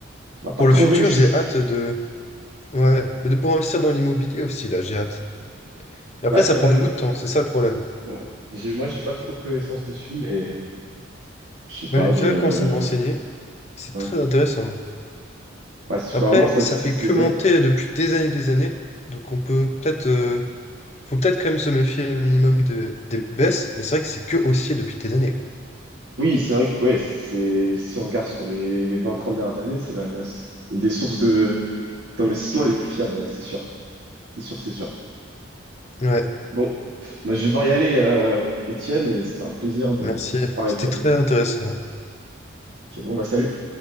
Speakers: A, on the right; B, on the left.
A: on n'a pas
B: pour
A: trop
B: le futur,
A: réussi.
B: j'ai hâte de Ouais, mais de pouvoir investir dans l'immobilier aussi, là, j'ai hâte. Mais après,
A: Ouais, c'est
B: ça prend
A: vrai.
B: beaucoup de temps, c'est ça le problème.
A: Ouais. J'ai- Moi, j'ai pas trop de connaissances dessus, mais je sais pas,
B: Moi, j'ai déjà
A: je.
B: commencé à me renseigner, c'est
A: Ouais.
B: très intéressant.
A: Bah, c'est-
B: Après,
A: bah, au moins, ça,
B: ça
A: c'est.
B: fait que
A: Ouais.
B: monter depuis des années et des années, donc on peut peut-être... euh, faut peut-être quand même se méfier au minimum de- des baisses, mais c'est vrai que c'est que haussier depuis des années.
A: Oui, c'est vrai que, ouais, c'est, c'est- si on regarde sur les, les vingt trente dernières années, c'est la, la- une des sources de, d'investissement les plus fiables, ouais, c'est sûr. C'est sûr, c'est sûr.
B: Mm. Ouais,
A: Bon, bah, je vais devoir y aller, euh, Étienne, mais c'est un plaisir de
B: merci,
A: parler
B: c'était
A: avec toi.
B: très intéressant.
A: Ok, bon, bah, salut.